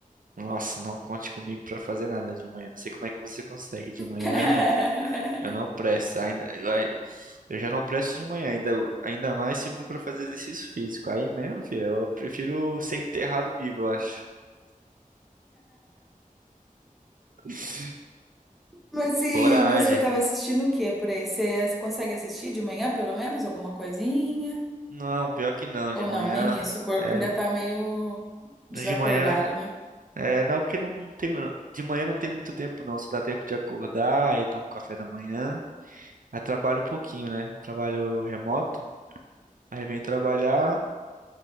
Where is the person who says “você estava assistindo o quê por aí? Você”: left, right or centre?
Centre